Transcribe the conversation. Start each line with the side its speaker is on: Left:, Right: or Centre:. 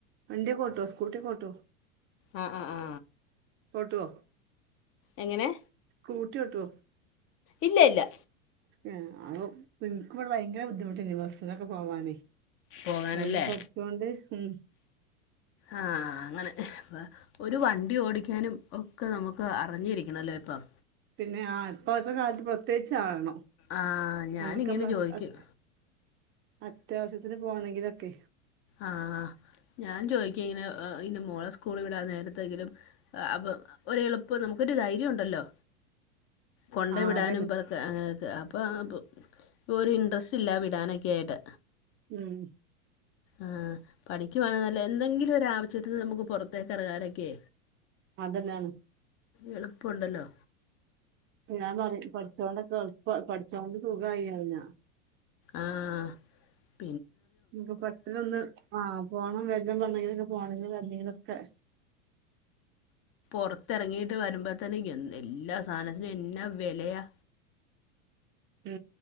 Right: വണ്ടി ഓട്ടുവോ? സ്കൂട്ടി ഓട്ടുവോ?
Left: ആ ആ ആ
Right: പോട്ടു വോ
Left: എങ്ങനെ
Right: സ്കുട്ടി ഓട്ടുവോ?
Left: ഇല്ലല്ല
Right: <unintelligible> <unintelligible> ഭയങ്കര ബുദ്ധിമു വസത്തിനൊക്കെ പോവാനേ
Left: പോകാനല്ലേ
Right: അവനെ പഠിച്ചോണ്ട് ഉം
Left: ആ അങ്ങനെ ഒരു വണ്ടി ഓടിക്കാനും ഒക്കെ നമുക്ക് അറിഞ്ഞിരിക്കണല്ലോ ഇപ്പം
Right: പിന്നെ ആ ഇപ്പഴത്തെ കാലത്ത് പ്രത്യേകിച്ച് ആകണം
Left: ആ ഞാനിങ്ങനെ
Right: നമ്മുക്ക്
Left: ചോദിക്കും
Right: അത്‌ അത്യാവശ്യത്തിന് പോണങ്കിലൊ ക്കെ
Left: ആഹ് ഞാൻ ചോദിക്ക ഇങ്ങനെ ഇന്റെ മോളെ സ്കൂൾ വിടാ നേരത്തെങ്കിലും അപ്പ ഒ എളുപ്പ നമുക്കൊരു ധൈര്യണ്ടല്ലോ. കൊണ്ടേ
Right: ആ
Left: വിടാനും
Right: അതന്നെ
Left: <unintelligible> അപ്പൊ ഇപ്പ ഒരു ഇൻഡ്രസ്റ്റ് ഇല്ല വിടാനൊക്കെ ആയിട്ട്
Right: ഉം
Left: ആ പഠിക്കുവായാണെന്നല്ലോ എന്തെങ്കിലും ഒരു ആവശ്യത്തിന് നമുക്ക് പുറത്തേക്ക് ഇറങ്ങാനൊക്കെ
Right: അതന്നെയാണ്.
Left: എളുപ്പുണ്ടല്ലോ.
Right: ഞാൻ പറ പഠിച്ചോണ്ടൊക്കെ എളുപ്പ പഠി ച്ചോണ്ട് സുഖായി അറഞ്ഞ
Left: ആഹ്
Right: നമക്ക് പെട്ടലൊന്ന് ആഹ് പോണം വേ ഇതാമ്പോ എന്നെങ്കിലും പോണെങ്കിൽ വന്നെങ്കിലൊക്കെ
Left: പുറത്തിറങ്ങിട്ട് വരുമ്പോത്തന്നെ എ എല്ലാ സാധനത്തിനും എന്നാ വിലയാ.
Right: ഉം